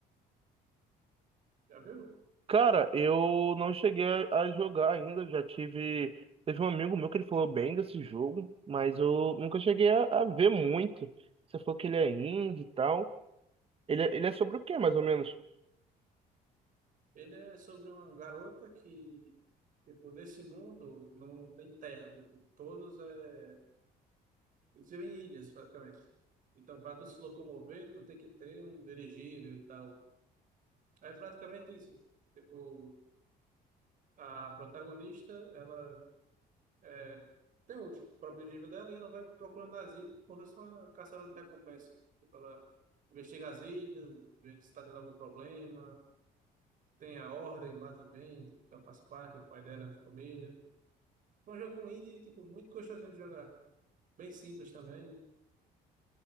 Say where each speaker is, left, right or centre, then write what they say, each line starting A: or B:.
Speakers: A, on the right (about 50°); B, on the right (about 35°).
A: já viu?
B: Cara, eu não cheguei a a jogar ainda. Já tive. Teve um amigo meu que ele falou bem desse jogo, mas eu nunca cheguei a, a ver muito. Você falou que ele é indie e tal. Ele, é- ele é sobre o quê, mais ou menos?
A: Ele é sobre uma garota que, tipo, nesse mundo não tem terra, tipo, todos é, eles vivem em ilhas praticamente. Então, para tu se locomover, tu tem que ter um dirigível e tal. É praticamente isso, tipo... A protagonista, ela é, tem o próprio objetivo dela e ela vai procurando as ilhas quando é só caçadora de recompensa. Ela investiga as ilhas, vê se está tendo algum problema. Tem a Ordem lá também, que ela faz parte, o pai dela, a família. É um jogo indie, tipo, muito gostosinho de jogar. Bem simples também.